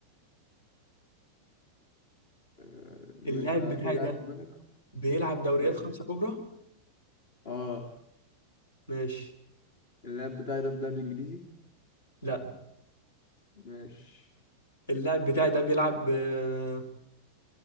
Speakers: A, on the left (about 50°); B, on the left (about 70°).
A: آه ما
B: اللاعب
A: انت
B: بتاعي
A: في لاعب
B: ده
A: في بالك
B: بيلعب دوريات
A: ماشي
B: خمسة كبرى
A: اه
B: ماشي
A: اللاعب بتاعي ده في الدوري الانجليزي
B: لا
A: ماشي
B: اللاعب بتاعي ده بيلعب آه،